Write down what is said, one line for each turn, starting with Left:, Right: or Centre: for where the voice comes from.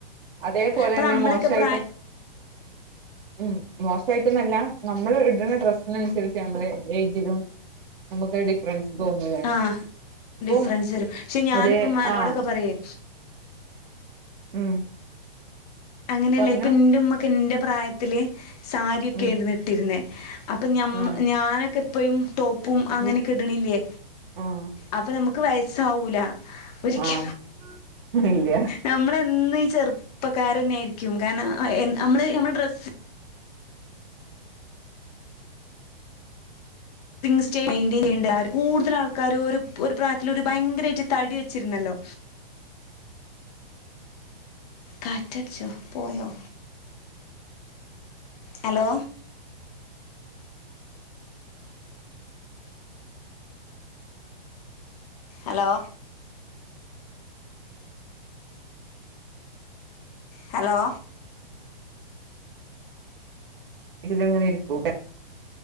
Right: അതേപോലെന്നെ
Left: അപ്പൊ നമ്മളൊക്കെ
Right: മോശായിട്ട്
Left: പ്രായ
Right: ഉം മോശമായിട്ടന്നല്ല നമ്മള് ഇടുന്ന ഡ്രെസ്സിനനുസരിച്ച് നമ്മള് ഏജിലും നമുക്ക് ഡിഫറൻസ് തോന്നല്ലേ
Left: ആ
Right: അപ്പം
Left: ഡിഫറൻസ് വരും പക്ഷെ ഞാനിപ്പ
Right: ഒ
Left: ഉമ്മാനോടൊക്കെ
Right: ആഹ
Left: പറയേ
Right: ഉം
Left: അങ്ങനെയല്ല
Right: പറഞ്ഞോ
Left: ഇപ്പൊ എറ ഉമ്മക്കെ എന്റെ പ്രായത്തില് സാരിയക്കെ
Right: ഉം
Left: ഇരുന്നു ഇട്ടിരുന്നേ അപ്പം മ്മ
Right: ആഹ്
Left: ഞാനൊക്കെ എപ്പോഴും ടോപ്പും അങ്ങനൊക്കെ
Right: ബു
Left: ഇടണില്ലേ
Right: ആഹ്
Left: അപ്പൊ നമുക്ക് വയസ്സാവൂല ഒരിക്ക
Right: ആഹ് ഇല്ല
Left: നമ്മളീ ചെറ ഇപ്പക്കർ തന്നെ ആായിരിക്കും കാരണം നമ്മള് നമ്മള് ഡ്രസ് സ്റ്റേ മെന്ൻ ചെയ്യണ്ട കൂടുതൽ ആൾക്കാാര് ഒരു പ്രായത്തില ഒരു ഭയങ്കരമായിട്ട് തടി വെച്ചിരുന്നല്ലോ
Right: <unintelligible>
Left: കാറ്റടച്ചു പോയോ ഹലോ ഹലോ ഹലോ
Right: ഇതില എങ്ങനെ ഇരിക്കൂ